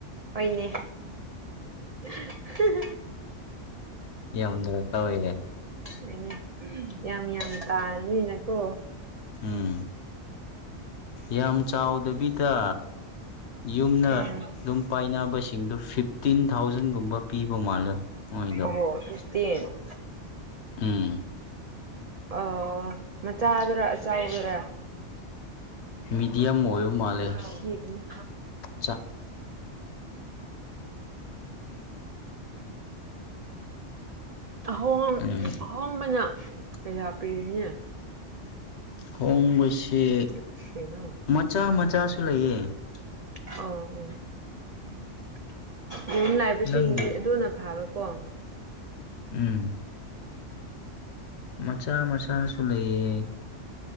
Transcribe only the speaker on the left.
ꯌꯥꯝꯅ ꯇꯧꯋꯤꯅꯦ
ꯎꯝ ꯌꯥꯝ ꯆꯥꯎꯗꯕꯤꯗ ꯌꯨꯝꯅ
ꯗꯨꯝ ꯄꯥꯏꯅꯕꯁꯤꯡꯗꯣ ꯐꯤꯞꯇꯤꯟ ꯊꯥꯎꯖꯟꯒꯨꯝꯕ ꯄꯤꯕ ꯃꯥꯜꯂꯦ ꯃꯣꯏꯗꯣ
ꯎꯝ
ꯃꯤꯗꯤꯌꯝ ꯑꯣꯏꯕ ꯃꯥꯜꯂꯦ
ꯆꯥꯛ
ꯎꯝ
ꯍꯣꯡꯕꯁꯦ
ꯃꯆꯥ ꯃꯆꯥꯁꯨ ꯂꯩꯌꯦ
ꯅꯪꯒꯤ
ꯎꯝ ꯃꯆꯥ ꯃꯆꯥꯁꯨ ꯂꯩꯌꯦ